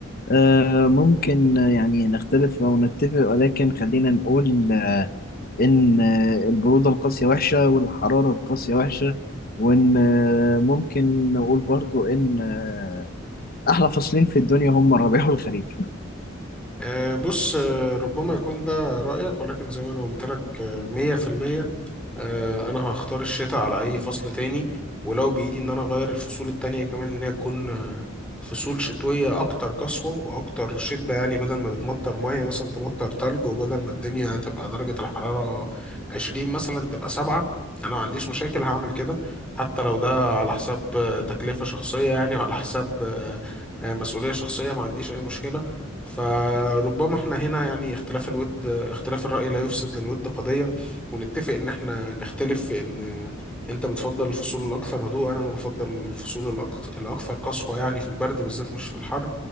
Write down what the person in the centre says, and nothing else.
أه بص أه ربما يكون ده رأيك ولكن زي ما انا قلت لك أه 100% آه، انا هختار الشتاء على اي فصل تاني ولو بايدي ان انا اغير الفصول التانية كمان ان هي تكون آه، فصول شتوية اكتر قسوة واكتر شدة يعني بدل ما بتمطر مية مثلا تمطر تلج وبدل ما الدنيا تبقى درجة الحرارة 20 مثلا تبقى سبعة انا ما عنديش مشاكل هعمل كده حتى لو ده على حساب آه، تكلفة شخصية يعني وعلى حساب آه، آه، مسؤولية شخصية ما عنديش اي مشكلة فربما احنا هنا يعني اختلاف الود اختلاف الرأي لا يفسد للود قضية ونتفق ان احنا نختلف في ان انت بتفضل الفصول الاكثر هدوء انا انا بفضل الفصول الأك- الاكثر قسوة يعني في البرد بالذات مش في الحر